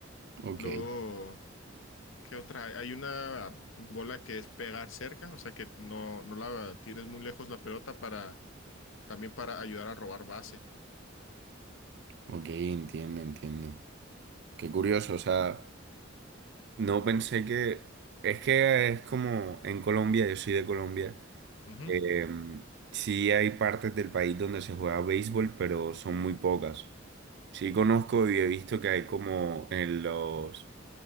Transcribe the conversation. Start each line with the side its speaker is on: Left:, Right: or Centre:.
Right: Ok,
Left: Luego ¿Qué otra? hay? Hay una bola que es pegar cerca, o sea que no, no la tires muy lejos la pelota para también para ayudar a robar base.
Right: ok, entiendo, entiendo. Qué curioso, o sea, no pensé que... Es que es como en Colombia, yo soy de Colombia.
Left: Ujú,
Right: Eh, sí hay partes del país donde se juega béisbol, pero son muy pocas. Sí conozco y he visto que hay como en los,